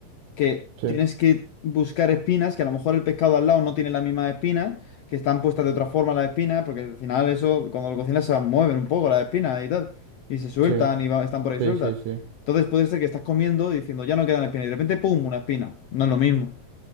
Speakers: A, on the left; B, on the right.
A: que
B: sí,
A: tienes que buscar espinas, que a lo mejor el pescado al lado no tiene las mismas espinas, que están puestas de otra forma las espinas, porque al final eso, cuando lo cocinas se mueven un poco las espinas y tal, y se sueltan
B: sí,
A: y va- están por ahí
B: sí,
A: sueltas.
B: sí, sí,
A: Entonces puede ser que estás comiendo y diciendo, ya no quedan espinas, y de repente, ¡pum!, una espina. No es lo mismo.